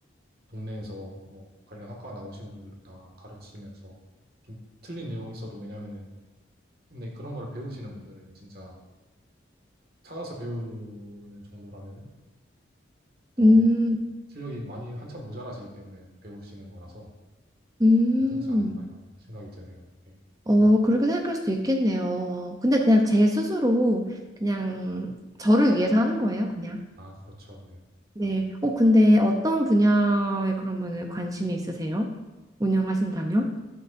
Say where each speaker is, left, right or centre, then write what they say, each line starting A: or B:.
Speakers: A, on the right; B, on the right.
A: 동네에서 뭐 관련 학과 나오신 분들도 다 가르치면서 좀 틀린 내용이 있어도 왜냐면은 근데 그런 거를 배우시는 분들은 진짜 찾아서 배우는 정도라면은 더
B: 음,
A: 실력이 많이 한참 모자라시기 때문에 배우시는 거라서
B: 음.
A: 괜찮지 않을까 이런 생각이 드네요. 네.
B: 어, 그렇게 생각할 수도 있겠네요. 근데 그냥 제 스스로 그냥 저를 위해서 하는 거예요, 그냥.
A: 아, 그렇죠. 네.
B: 네. 어, 근데 어떤 분야에 그러면은 관심이 있으세요? 운영하신다면?